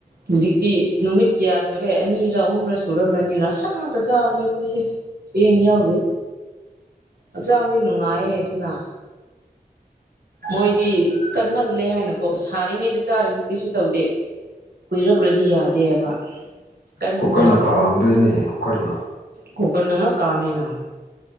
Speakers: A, on the right; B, on the left.
A: ꯍꯧꯖꯤꯛꯇꯤ ꯅꯨꯃꯤꯠ ꯀꯌꯥ ꯁꯨꯔꯦ ꯑꯅꯤꯔ ꯑꯍꯨꯝꯔ ꯁꯨꯔꯝꯂꯅꯤ ꯔꯥꯁꯟ ꯉꯥꯛꯇ ꯆꯥꯕꯅꯦ ꯑꯩꯈꯣꯏꯁꯦ ꯆꯦꯡ ꯌꯥꯎꯔꯤ ꯍꯛꯆꯥꯡꯗꯤ ꯅꯨꯡꯉꯥꯏꯌꯦ ꯑꯩꯗꯨꯅ ꯃꯣꯏꯗꯤ ꯀꯟꯃꯜꯂꯦ ꯍꯥꯏꯅꯀꯣ ꯀꯣ ꯁꯥꯔꯤꯉꯩꯗ ꯆꯥꯔꯗꯤ ꯀꯩꯁꯨ ꯇꯧꯗꯦ ꯀꯨꯏꯔꯛꯈ꯭ꯔꯗꯤ ꯌꯥꯗꯦꯕ ꯀꯟꯗꯅ
B: ꯀꯨꯒꯔꯅ ꯀꯥꯝꯗꯣꯏꯅꯦ ꯀꯨꯀꯔꯅ
A: ꯀꯨꯀꯔꯅ ꯀꯥꯃꯦꯅꯥ